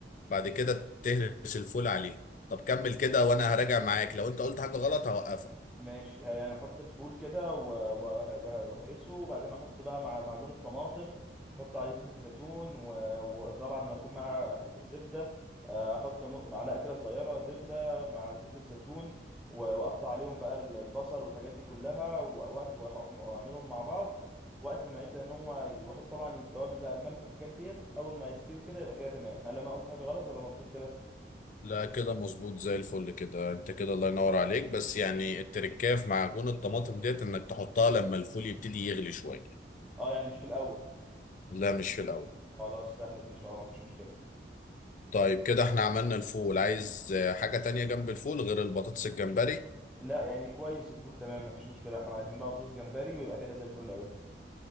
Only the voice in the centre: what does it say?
ماشي يعني احط الفول كده و- وه- وه- واهرسه وبعدين احط بقى مع معجون الطماطم واحط عليه زيت الزيتون و- وطبعا ما يكون معاه حتة زبدة آه، احط نق- معلقة كده صغيرة زبدة مع زيت الزيتون و- واقطع عليهم بقى ال- البصل والحاجات دي كلها و- وقت وأح- واعملهم مع بعض وقت ما يبدأ ان هو ي- واحط طبعا التوابل بقى الملح والحاجات ديت اول ما يستوي كده يبقى كده تمام هل انا قلت حاجة غلط ولا مظبوط كده
اه يعني مش في الاول
خلاص سهلة دي ان شاء الله مفيش مشكلة
لا يعني كويس الفول تمام مفيش مشكله احنا عايزين بقى بطاطس جمبري ويبقى كده زي الفل قوي